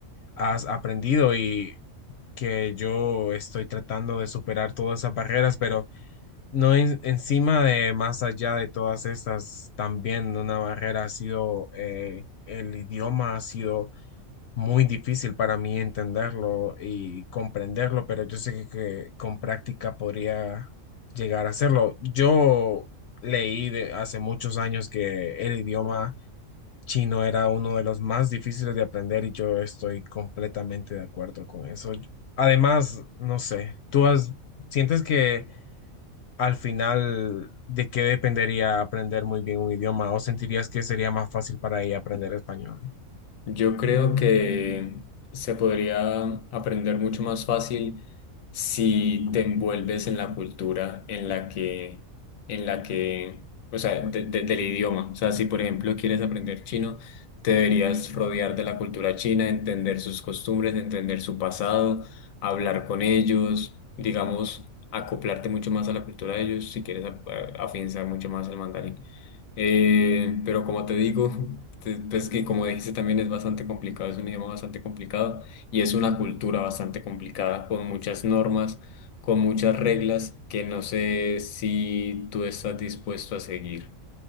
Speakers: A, on the left (about 65°); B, on the left (about 80°).
A: has aprendido y que yo estoy tratando de superar todas esas barreras, pero no en- encima de más allá de todas estas, también una barrera ha sido eh, el idioma, ha sido muy difícil para mí entenderlo y comprenderlo, pero yo sé que que con práctica podría llegar a hacerlo. Yo leí de hace muchos años que el idioma chino era uno de los más difíciles de aprender y yo estoy completamente de acuerdo con eso. Además, no sé, tú has, sientes que al final, ¿de qué dependería aprender muy bien un idioma? ¿O sentirías que sería más fácil para ella aprender español?
B: Yo creo que se podría aprender mucho más fácil si te envuelves en la cultura en la que, en la que, o sea, de- de- del idioma. O sea, si por ejemplo quieres aprender chino, te deberías rodear de la cultura china, entender sus costumbres, entender su pasado, hablar con ellos, digamos, acoplarte mucho más a la cultura de ellos si quieres a- a- afianzar mucho más el mandarín. Eh, pero como te digo, <laughs> te- pues que como dijiste también es bastante complicado, es un idioma bastante complicado y es una cultura bastante complicada con muchas normas, con muchas reglas que no sé si tú estás dispuesto a seguir.